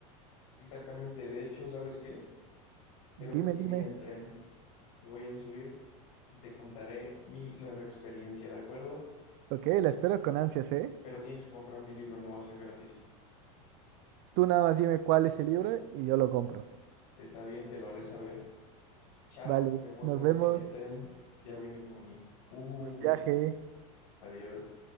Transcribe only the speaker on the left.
Exactamente, de hecho, ¿sabes qué? Creo
que aquí
viene el tren. Me voy a subir y te contaré mi nueva experiencia, ¿de acuerdo?
Pero tienes que comprar mi libro, no va a ser gratis.
Está bien, te lo haré saber. Chao,
me voy
porque
el tren ya viene por mí. Uh,
adiós.